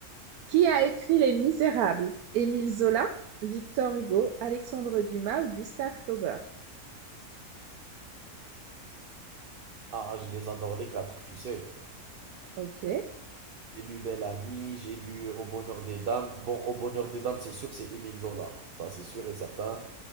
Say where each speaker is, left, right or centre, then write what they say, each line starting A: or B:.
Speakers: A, on the right (about 75°); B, on the right (about 60°).
A: Qui a écrit Les Misérables? Émile Zola, Victor Hugo, Alexandre Dumas ou Gustave Flaubert?
B: Ah, je les adore les quatre, tu sais.
A: Ok.
B: J'ai lu Belle Amie, j'ai lu Au bonheur des dames. Bon, Au bonheur des dames, c'est sûr, c'est Émile Zola. Ça, c'est sûr et certain.